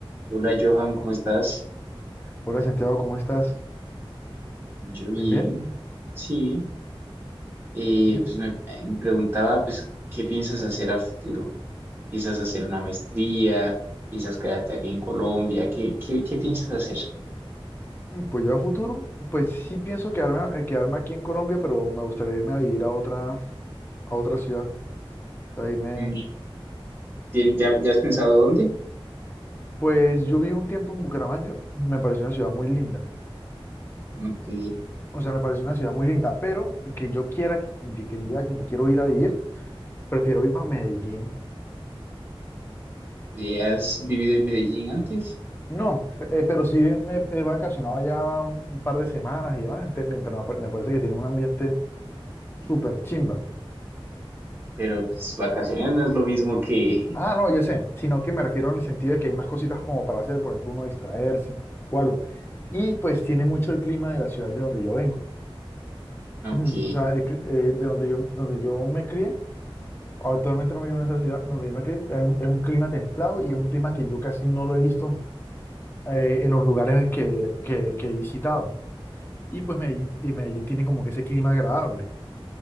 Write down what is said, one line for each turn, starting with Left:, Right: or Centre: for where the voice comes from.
Right: Hola Johan, ¿cómo estás?
Left: Hola Santiago, ¿cómo estás?
Right: Yo bien,
Left: ¿Bien, bien?
Right: sí. Eh,
Left: Bien.
Right: pues me, eh, me preguntaba, pues, ¿qué piensas hacer a futuro? ¿Piensas hacer una maestría? ¿Piensas quedarte aquí en Colombia? ¿Qué, qué, qué piensas hacer?
Left: Mm, Pues yo a futuro, pues sí pienso quedarme, a- eh, quedarme aquí en Colombia, pero me gustaría irme a vivir a otra, a otra ciudad. O sea, irme,
Right: Mm, ¿tien- ya, ya has pensado dónde?
Left: pues yo viví un tiempo en Bucaramanga, me pareció una ciudad muy linda.
Right: Ok.
Left: O sea, me pareció una ciudad muy linda, pero que yo quiera, que que- que diga que me quiero ir a vivir, prefiero irme a Medellín.
Right: Eh, ¿has vivido en Medellín antes?
Left: No, eh, pero sí me he vacacionado ya un par de semanas y demás, ente- me- pero me pa- me parece que tiene un ambiente súper chimba.
Right: Pero pues vacaciones no es lo mismo que... <laughs>
Left: Ah, no, yo sé, sino que me refiero en el sentido de que hay más cositas como para hacer, por ejemplo, uno distraerse o algo. Y pues tiene mucho el clima de la ciudad de donde yo vengo.
Right: Ok.
Left: <clears throat> O sea, el cli- eh, de donde yo, donde yo me crié, actualmente no vivo en esa ciudad, donde yo me crié, hay un- es un clima templado y es un clima que yo casi no lo he visto eh, en los lugares que, que, que he visitado. Y pues Medellín, y Medellín tiene como que ese clima agradable.